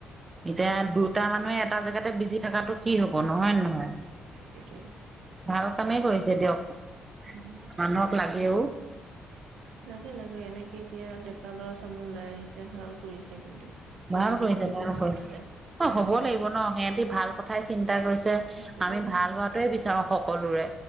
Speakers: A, on the right (about 25°); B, on the right (about 85°).
A: এতিয়া দুটা মানুহে এটা জেগাতে বিজি থকাটো কি হ'ব নহয় নে নহয়।
B: সেইটোৱে।
A: ভাল কামেই কৰিছে দিয়ক।
B: উম।
A: মানুহক লাগেও।
B: লাগে, লাগে, এনেকে এতিয়া ডেকা ল'ৰা চাম ও ওলাই আহিছে ভাল কৰিছে কিন্তু।
A: ভাল
B: কৰ্মমুখী
A: কৰিছে, ভাল
B: হৈছে
A: কৰিছে,
B: মুঠতে
A: অ',
B: মানুহখিনি
A: হ'ব লাগিব ন সিহঁতি ভাল কথাই চিন্তা কৰিছে।
B: ভাল কথাই
A: আমি ভাল হোৱাটোৱে বিচাৰো সকলোৰে।